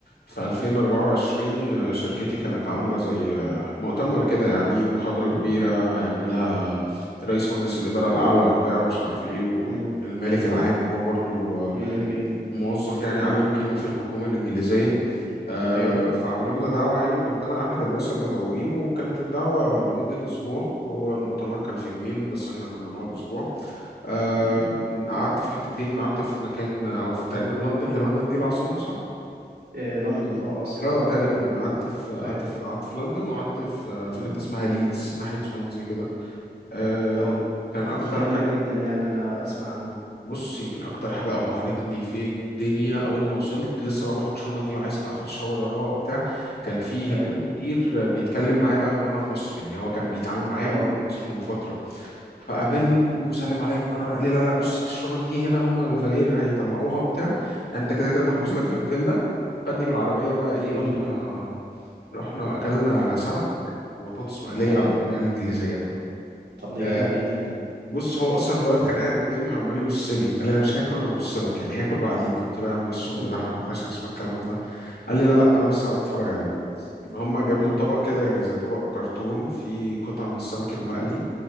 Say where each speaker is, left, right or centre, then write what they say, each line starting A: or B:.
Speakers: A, on the left; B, on the right.
A: في 2024 آه، شركتي كانت عامله زي آه، مؤتمر كده يعني محاضره
B: امم
A: كبيره هيعملها رئيس مجلس الاداره الاعلى وبتاع ومش عارف ايه
B: امم
A: والمالك العام وهو برضو آه،
B: جامد جدا
A: موظف يعني عالي القيمه في الحكومه الانجليزيه آه،
B: ايوه
A: فعملوا لنا دعوه يعني كنت انا احد الناس المدعوين وكانت الدعوه لمده اسبوع هو المؤتمر كان في يومين بس احنا كنا نقعد اسبوع آم،
B: امم
A: قعدت في حتتين قعدت في مكان او في تقريبا لندن هي لندن دي العاصمه صح؟
B: آه لندن اه عاصمة
A: اه تقريبا
B: آه
A: قعدت في قعدت
B: ايوه
A: في قعدت في لندن وقعدت في في
B: امم
A: حته اسمها ليدز ناحيه سوانزي كده آه،
B: اه
A: كان
B: دي
A: اكتر
B: جميلة
A: حاجه
B: جدا يعني انا اسمع عنها
A: بص يمكن اكتر حاجه ابهرتني في الدنيا
B: امم
A: اول ما وصلت لسه بقى بحط شنطي وعايز بقى اخد شاور اروق وبتاع كان في
B: ايوه
A: هناك مدير بيتكلم معايا بقى من وانا في مصر يعني هو كان بيتعامل معايا
B: اه
A: من وانا في مصر من فتره فقابلني
B: ايوه
A: وسلم عليا بحراره قال لي لا لا بصي الشنط دي هنا هم الفالير هيطلعوها وبتاع انت كده كده محجوز
B: امم
A: لك في الاوتيل ده خدني بالعربيه بقى ايه
B: جميل
A: رحنا رحنا اكلنا سمك وبطاطس مقليه
B: ايوه
A: على الطريقه الانجليزيه بقى
B: طب ده
A: آه،
B: جامد جدا ده
A: بص هو اصلا الولد كان قاعد قدامي وعمال يبص لي قال لي انا مش هاكل انا هفصلك يعني هاكل بعديك قلت له يا عم ايه الشغل
B: <laughs>
A: ده احنا ما عندناش حاجه اسمها الكلام ده قال لي لا لا انا بس هقعد اتفرج عليك فهم جابوا
B: امم
A: الطبق كده يعني زي طبق كرتون فيه قطعه من السمك المقلي